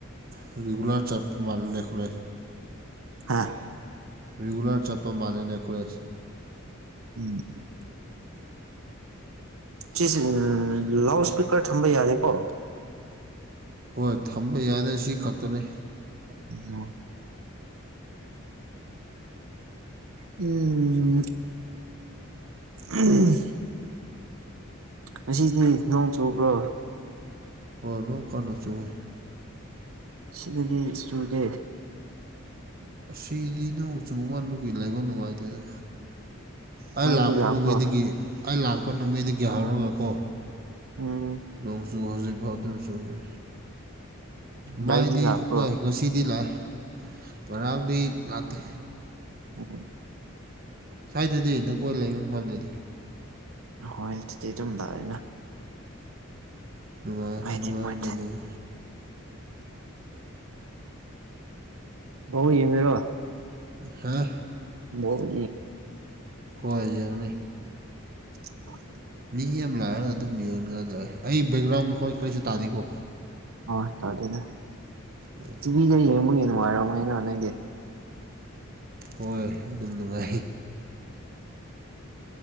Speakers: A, on the right; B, on the right.
A: ꯔꯔꯤꯒꯨꯂꯔ ꯆꯞ ꯃꯜꯗꯦꯈꯂꯦ
B: ꯑꯥ
A: ꯔꯤꯒꯨꯂꯔ ꯆꯠꯄ ꯃꯥꯜꯂꯦꯅꯦ ꯑꯩꯈꯣꯏ
B: ꯎꯝ ꯆꯁ ꯎ ꯂꯥꯎꯗ ꯏꯁꯄꯤꯀꯔ ꯊꯝꯝꯕꯩ ꯍꯥꯂꯦꯀꯣ
A: ꯍꯣꯏ ꯊꯝꯕ ꯌꯥꯗꯦ ꯁꯤ ꯈꯛꯇꯅꯤ
B: ꯎꯝ ꯎꯝ ꯑ ꯉꯁꯤꯅꯤꯅꯥꯎ ꯆꯕ꯭ꯔꯣ
A: ꯍꯣꯏ ꯅꯣꯡ ꯀꯥꯟꯟꯅ ꯆꯨꯋꯦ
B: ꯁꯤꯗꯗꯤ ꯏꯁꯇꯨꯗꯦ
A: ꯑꯁꯤꯗꯤ ꯅꯣꯡꯆꯨ ꯃꯥꯒꯤ ꯂꯩꯕ ꯅꯨꯡꯉꯥꯏꯇꯦꯗ ꯑꯩ
B: ꯃꯩꯗꯤ
A: ꯂꯥꯛꯄ
B: ꯂꯥꯛꯄ꯭ꯔꯣ
A: ꯅꯨꯃꯩꯗꯒꯤ ꯑꯩ ꯂꯥꯛꯄ ꯅꯃꯩꯗꯒꯤ ꯍꯧꯔꯒꯀꯣ
B: ꯎꯝ
A: ꯅꯣꯡꯖꯨ ꯍꯧꯖꯤꯛ ꯐꯥꯎꯗꯤꯝ ꯆꯨꯦ ꯃꯥꯏꯗꯤ
B: ꯂꯥꯏꯗꯤ ꯂꯥꯛꯄ꯭ꯔꯣ
A: ꯍꯣꯏ ꯉꯁꯤ ꯁꯤꯗꯤ ꯂꯥꯛꯑꯦ ꯉꯔꯥꯡꯗꯤ ꯂꯥꯛꯇꯦ
B: ꯑ
A: ꯁ꯭ꯋꯥꯏꯗꯗꯤ ꯅꯈꯣꯏ ꯂꯩꯕ ꯃꯐꯝꯗꯨꯗꯤ
B: ꯍꯣꯏ ꯑꯗꯨꯗꯤ ꯑꯗꯨꯝꯝꯕ ꯑꯣꯏꯅ
A: ꯅꯨꯡꯉꯥꯏ
B: ꯍꯥꯏ
A: ꯅꯨꯡꯉꯥꯏꯅ
B: ꯃꯥꯦ ꯑ
A: ꯂꯩ
B: ꯕ ꯌꯦꯡꯉꯔꯣ
A: ꯍꯥꯥ
B: ꯃꯣꯔꯣ
A: ꯍꯏꯖꯡꯅꯤ
B: ꯎ
A: ꯃꯤ ꯑꯃ ꯂꯥꯛꯑꯒ ꯑꯗꯨꯝ ꯌꯦꯡꯉꯒ ꯂꯥꯛꯑ ꯑꯩ ꯕꯦꯛꯒ꯭ꯔꯥꯎꯟ ꯍꯣꯏ ꯀꯔꯤꯁꯨ ꯇꯥꯗꯦꯀꯣ
B: ꯍ ꯇꯗꯦꯗ
A: ꯑ
B: ꯇꯤꯚꯤꯗ ꯌꯦꯡꯕꯒꯤ ꯅꯨꯡꯉꯥꯏꯔꯔꯕꯅꯦꯅ ꯍꯣꯠꯅꯩꯦ
A: ꯍꯣꯏ ꯑꯗꯨꯝ ꯅꯨꯡꯉꯥꯏ